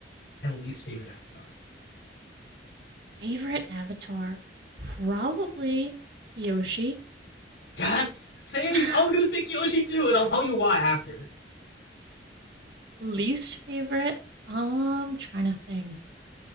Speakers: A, on the left; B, on the right.
A: and least favorite avatar.
B: Favorite avatar? Probably Kyoshi.
A: Yes! Same!
B: <laughs>
A: I was gonna say Kyoshi too, and I'll tell you why after.
B: Least favorite? Um, trying to think.